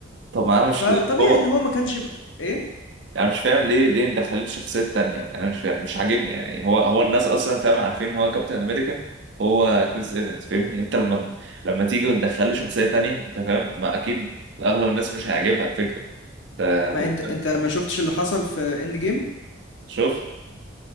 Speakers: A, on the right; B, on the left.
A: طب انا مش
B: فطبيعي
A: هو
B: ان هو ما كانش ب... ايه
A: انا مش فاهم ليه ليه مدخلين شخصيات تانية يعني انا مش فاهم مش عاجبني يعني يعني هو هو الناس اصلا فاهم عارفين ان هو كابتن امريكا هو كريس ايفنز فاهمني انت لما لما تيجي وتدخل لي شخصية تانية انت فاهم ما اكيد اغلب الناس مش هيعجبها الفكرة انت
B: ما
A: بتقول-
B: انت انت ما شفتش اللي حصل في اند جيم
A: شوف